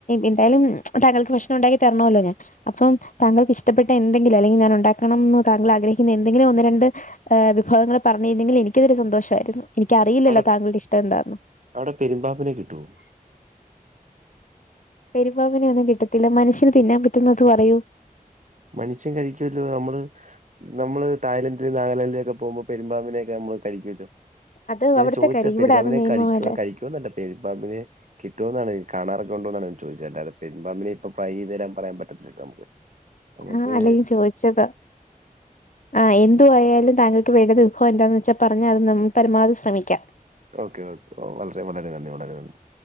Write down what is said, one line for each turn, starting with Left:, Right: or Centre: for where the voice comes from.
Left: എന്താലും തങ്കൾക്ക്ഭക്ക്ഷണം ഉണ്ടാക്കി തരണമല്ലോ ഞാൻ അപ്പം താങ്കൾക്ക് ഇഷ്ടപ്പെട്ട എന്തെങ്കിലും അല്ലെങ്കിൽ ഞാൻ ഉണ്ടാക്കണംന്ന് താങ്കൾ ആഗ്രഹിക്കുന്ന എന്തെങ്കിലും ഒന്ന് രണ്ട് ഹ വിഭവങ്ങൾ പറഞ്ഞിരുന്നെങ്കിൽ എനിക്ക ഇതൊ സന്തോഷമായിരുന്നു എനിക്കറിയില്ലോ
Right: അവിടെ
Left: താങ്കളുടെ ഇഷ്ടം എന്താരുന്നു
Right: അവിടെ പെരുമ്പാപ്പിനെ കിട്ടുവോ
Left: <inaudible> പെരുപാബിവിനെ ഒന്നും കിട്ടത്തില്ല മനുഷ്യന് തിന്നാൻ പറ്റുന്നുന്നത് അത് പറയോ
Right: മനുഷ്യ കഴിക്കല്ലോ നമ്മള് നമ്മള് തായ്ലന്റിലും നാഗാലാന്ൻഡിലും ഒക്കെ പോകുമ്പോൾ പെരുമ്പാമ്പിനെ നമ്മള് കഴിക്കല്ലോ
Left: അത്
Right: ൻ
Left: അവിടുത്തെ
Right: ചോദിച്ചാ
Left: കാര്യം
Right: പെരുമ്പാബിനെ
Left: ഇവിടെ അത് നിയമമല്ലേ
Right: കഴിക്കുവന്നല്ല പെരുപ്പാബിനെ കിട്ടുമ എന്നാണ് കാണാറക്കെണ്ടോന്നാണ് ചോദിച്ചല്ലാെൻാമ്പിനെ ഇപ്പൊ ഫ്രൈ തരാൻ പറയാൻ പറ്റത്തില്ലോ നമുക്ക് നമുക്ക്
Left: ആഹ്, അല്ലെങ്കിൽ ചോദിച്ചതാ. ആഹ്, എന്ത് <unintelligible> ലും താങ്കൾക്ക് വേണ്ടത് ഉഹൊ എന്താന്ന് വെച്ചാൽ പറഞ്ഞ അത് നമ്മൾ പരമാവധി ശ്രമിക്കാം.
Right: Okay, okay. വളരെ വളരെ നന്ദി വളരെ നന്ദി